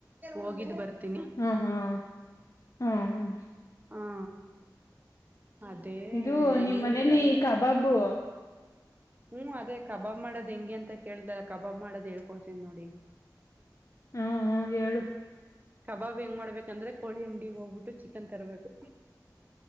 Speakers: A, on the right; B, on the left.
A: ಹೋಗಿದ್ದ್ ಬರ್ತ
B: ಹ್ಮ ಹ್ಮ ಹ್ಮ
A: ಹ್ಮ ಅದೇ
B: ಇದು ನಿಮ್
A: ಏನಿಲ್ಲ
B: ಮನೇಲಿ
A: ಏನ
B: ಕಬಾಬು
A: ಹ್ಮ್ ಅದೇ ಕಬಾಬ್ ಮಾಡೋದ್ ಹೆಂಗೆ ಅಂತ ಕೇಳ್ದಲ್ಲ ಕಬಾಬ್ ಮಾಡೋದ್ ಹೇಳ್ಕೊಡ್ತನ್ ನೋಡ ಈಗ
B: ಹ್ಮ ಹ ಹೇಳು
A: ಕಬಾಬ್ ಹೆಂಗ ಮಾಡ್ಬೇಕಂದ್ರೆ ಕೋಳಿ ಅಂಗಡಿಗೆ ಹೋಗ್ಬಿಟ್ಟು ಚಿಕನ್ ತರಬೇಕು